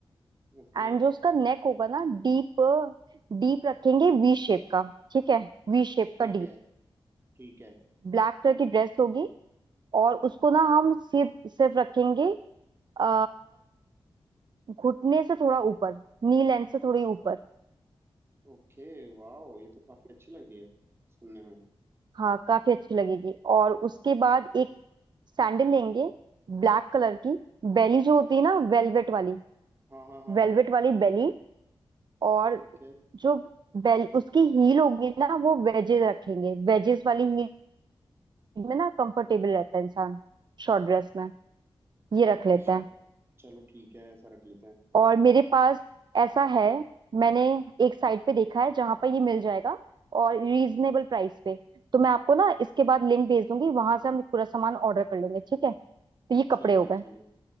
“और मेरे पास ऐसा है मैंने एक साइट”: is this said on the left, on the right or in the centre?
Right